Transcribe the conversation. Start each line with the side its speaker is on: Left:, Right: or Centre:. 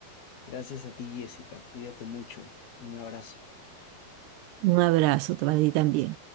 Left: Gracias a ti, Jessica. Cuídate mucho. Un abrazo.
Right: Un abrazo para ti también.